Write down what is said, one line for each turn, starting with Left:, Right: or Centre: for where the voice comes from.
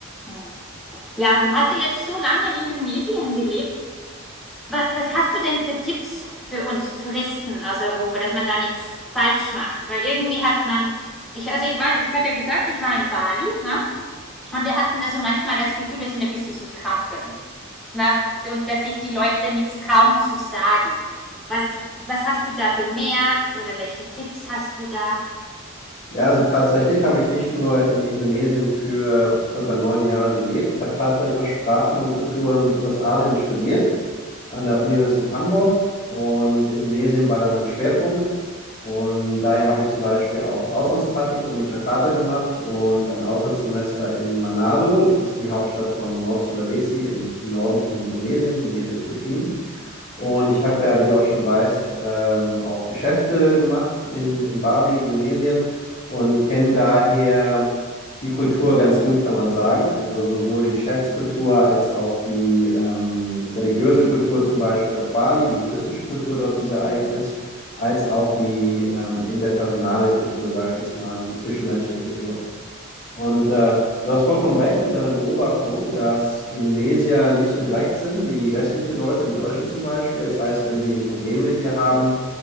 Centre: Hm. Ja, und du hast ja jetzt so lange in Indonesien gelebt. Was, was hast du denn für Tipps für uns Touristen aus Europa, dass man da nichts falsch macht? Weil irgendwie hat man, ich, also ich war, ich habe ja gesagt, ich war in Bali, ne? Und wir hatten da so manchmal das Gefühl, wir sind ein bisschen so trampeln. Ne? Und dass sich die Leute nichts trauen zu sagen. Was, was hast du da bemerkt oder welche Tipps hast du da?
Left: Ja, also tatsächlich habe ich nicht nur in Indonesien für circa neun Jahre gelebt. Ich habe tatsächlich auch Sprachen und Kulturen Südostasien studiert an der Universität
Centre: Mhm.
Left: Hamburg und Indonesien war da mein Schwerpunkt. Und daher habe ich zum Beispiel auch ein Auslandspraktikum in Jakarta gemacht und ein Auslandssemester in Manado. Das ist die Hauptstadt von Nord-Sulawesi in, im Norden von Indonesien, in der Nähe der Philippinen. Und ich habe ja, wie du auch schon weißt, ähm, auch Geschäfte gemacht in, in Bali, Indonesien und kenne daher die Kultur ganz gut, kann man sagen. Also sowohl die Geschäftskultur als auch die ähm, religiöse Kultur zum Beispiel auf Bali, die hinduistische Kultur dort, die sehr eigen ist, als auch die ähm, interpersonale Kultur, sage ich jetzt mal, also die zwischenmenschliche Kultur. Und äh, du hast vollkommen recht mit deiner Beobachtung, dass Indonesier nicht so direkt sind wie westliche Leute, wie Deutsche zum Beispiel. Das heißt, wenn sie ein Problem mit dir haben,